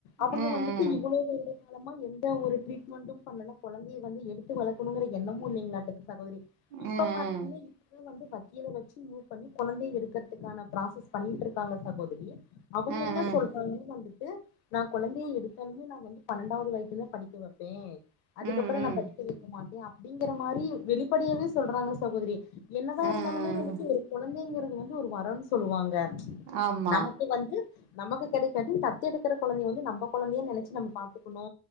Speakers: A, on the left; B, on the right.
A: அவங்க
B: ம்
A: வந்துட்டு
B: ம்
A: இவ்வளோ வருட காலமா எந்த ஒரு ட்ரீட்மெண்ட்டு பண்ணல கொழந்தைய வந்து எடு வளக்கணுங்கற எண்ணமு இல்லைங்களாட்டு சகோதரி இப்ப
B: ம்
A: பார்த்தீங்ன்னா இப் வந்து வக்கில வச்சு மூவ் பண்ணி கொழந்தைய எடுக்கறதுக்கான ப்ராசஸ் பண்ணிட்டு இருக்காங்க சகோதரி அவங்க
B: ம் ம்
A: என்ன சொல் <unintelligible> வந்துட்டு நா கொழந்தைய எடுத்தாலுமே நா வந்துட்டு பன்னெண்டாவது வயசுல தா படிக்க வப்பே அதுக்கப்பற
B: ம் ம்
A: நா படிக்க வெக்க மாட்டே அப்டிங்கிற மாரி வெளிப்படையவே சொல்றாங்க சகோதரி என்னதா
B: ம்
A: இருந்தாலுமே உங்களுக்கு ஒரு குழந்தைங்கிறது வந்து ஒரு வரன் சொல்லுவாங்க
B: ஆமா
A: நமக்கு வந்து நமக்கு கெடைக்காட்டி தத்து எடுக்கிற கொழந்தைய வந்து நம்ம கொழந்தையா நெனைச்சு நம்ம பாத்துக்கணு